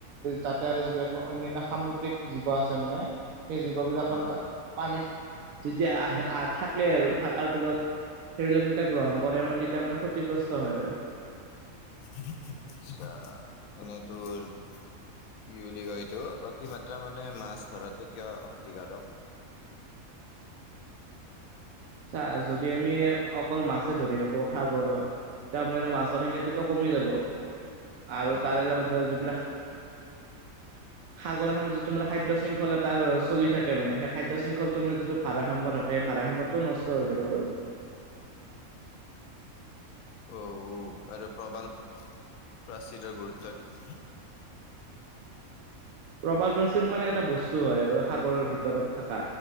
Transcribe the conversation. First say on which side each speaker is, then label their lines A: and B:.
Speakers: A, on the right (about 75°); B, on the left (about 75°).
A: তাত আৰু যিবিলাক মান অন্যান্য সামুদ্ৰিক জীৱ আছে মানে সেই জীৱ বিলাক পানীত
B: অ
A: তাত পানী যেতিয়া আহে আহ থাকে আৰু থকাৰ ফলত সেইবিলাক যেতিয়া গ্ৰহণ কৰে মানে তেতিয়া ক্ষতিগ্ৰস্ত হয় আৰু।
B: আচ্ছা এনে তোৰ কি বুলি কয় এইটো অতি মাত্ৰা মানে মাছ ধৰাটো কিয় ক্ষতিকাৰক?
A: চা যদি আমি অক- অকল মাছে ধৰি থাকো সাগৰত, তাৰমানে মাছৰ সংখ্যাটোতো কমি যাব আৰু
B: অ
A: তাৰে লগত যিবিলাক সাগৰ এখনত যিটো মানে খাদ্য শৃংখল এটা চলি থাকে মানে শেষ খাদ্য শৃংখলটো ম যিটো ভাৰসাম্য থাকে সেই ভাৰসাম্য টো নষ্ট হৈ যাব আৰু
B: অ আৰু প্ৰবাল প্ৰাচীৰ গুৰুত্ব কি?
A: প্ৰবাল প্ৰাচীন মানে বস্তু হয় আৰু সাগৰৰ ভিতৰত থকা,